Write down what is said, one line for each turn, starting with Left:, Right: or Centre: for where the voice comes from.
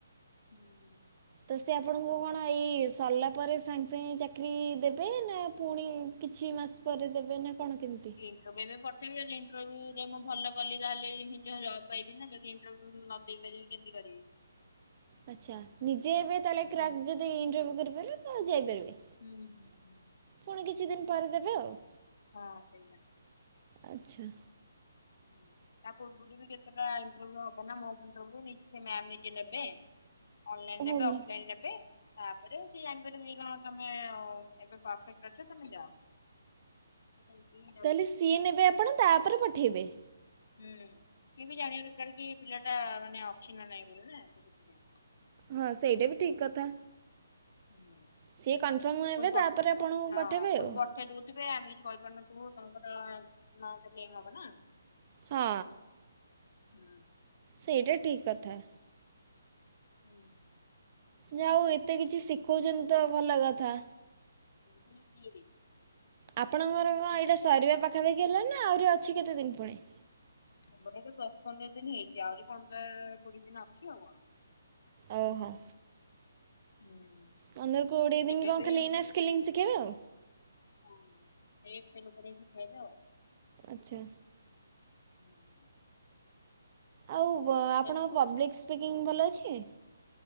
Left: ହୁଁ।
Right: ତ ସେ ଆପଣଙ୍କୁ କଣ ଏଇ ସରିଲା ପରେ ସାଙ୍ଗେ ସାଙ୍ଗେ ଚାକିରୀ ଦେବେ ନା ପୁଣି କିଛି ମାସ ପରେ ଦେବେ ନା କଣ କେମିତି?
Left: ଇନଣ୍ଟରଭ୍ୟୁ ରେ ପଠେଇବେ ଯଦି ଇନଣ୍ଟରଭ୍ୟୁ ମୁଁ ଭଲ କଲି ତାହେଲେ ହେଇଯିବ ଜବ୍। ପାଇବି ନା ଯଦି ଇନଣ୍ଟରଭ୍ୟୁ ନଦେଇ ପାରିବି କେମିତି କରିବି।
Right: ଆଚ୍ଛା ନିଜେ ଏବେ ତାହେଲେ
Left: ହୁଁ।
Right: କ୍ରାକ୍ ଯଦି ଇଣ୍ଟରଭ୍ୟୁ କରିପାରିବେ ତାହେଲେ ଯାଇପାରିବେ।
Left: ହୁଁ ହୁଁ ହୁଁ।
Right: ଫୁଣି କିଛିଦିନ ପରେ ଦେବେ ଆଉ।
Left: ହଁ ସେଇଆ।
Right: ଆଚ୍ଛା।
Left: ହୁଁ ତା ପୂର୍ବୁ ଜିବି କେତେଟା ଇଣ୍ଟରଭ୍ୟୁ ହବ ନା ମଗ୍ ଇଣ୍ଟରଭ୍ୟୁ ନିଜେ ସେ ମ୍ୟାମ ନିଜେ ନେବେ। ଅନଲାଇନ୍
Right: ହଉନି।
Left: ନେବେ ଅଫଲାନ୍‌ ନେବେ। ତାପରେ ସିଏ ଜାଣିପାରିବେ କି କଣ ତମେ ଏବେ ପରଫେକ୍ଟ ଅଛ ତମେ ଯାଅ। ହାଲ୍ କେଇ
Right: ତାହେଲେ ସିଏ ନେବେ ଆପଣେ ତାପରେ ପଠେଇବେ
Left: ହୁଁ ସିଏ ବି ଜାଣିବା ଦରକାର କି ଏ ପିଲାଟା ମାନେ ଅଛି ନା ନାଇଁ ବୋଲି ନା ସେଥିପାଇଁ।
Right: ହଁ ସେଇଟା ବି ଠିକ୍ କଥା।
Left: ହୁଁ
Right: ସିଏ କନଫର୍ମ ହେବେ
Left: ପୁଣି ପ
Right: ତାପରେ ଆପଣଙ୍କୁ
Left: ହଁ
Right: ପଠେଇବେ
Left: ପୁଣି
Right: ଆଉ
Left: ପଠେଇ ଦୋଉଥିବେ ଆମେ କିଛି କହିପାରୁନଥିବୁ। ତାଙ୍କର ନାଁ ଟା ବ୍ଲେମ୍ ହବ ନା।
Right: ହଁ।
Left: ହୁଁ।
Right: ସେଇଟା ଠିକ୍ କଥା।
Left: ହୁଁ।
Right: ଯାହା ହୋଉ ଏତେ କିଛି ସିକୋଉଛନ୍ତି ତ ଭଲ କଥା।
Left: ଫୁଣି ଫ୍ରି ଇଏ ଦେ
Right: ଆପଣଙ୍କର କଣ ଏଇଟା ସରିବା ପାଖାପାଖି ହେଲାଣି ନା ଆହୁରି ଅଛି କେତେଦିନ ପୁଣି?
Left: ଆମର ଏବେ ଦଶ ପନ୍ଦର ଦିନ ହେଇଚି ଆହୁରି ପନ୍ଦର କୋଡିଏ ଦିନ ଅଛି ଆଉ କଣ।
Right: ଓହୋ।
Left: ହୁଁ।
Right: ପନ୍ଦର କୋଡିଏ ଦିନ
Left: ଏବେ
Right: କଣ
Left: ବି
Right: ଖାଲି
Left: ଆମର
Right: ଏଇନା ସ୍କିଲିଙ୍ଗି ଶିଖେଇବ?
Left: ହଁ ଏଇ ସେ ଲୋକ ଶିଖେଇବେ ଆଉ।
Right: ଆଚ୍ଛା।
Left: ହୁଁ।
Right: ଆଉ ଆପଣଙ୍କ
Left: ତା ମୁଁ
Right: ପବ୍ଲିକ୍ ସ୍ପିକିଙ୍ଗ ଭଲ ଅଛି?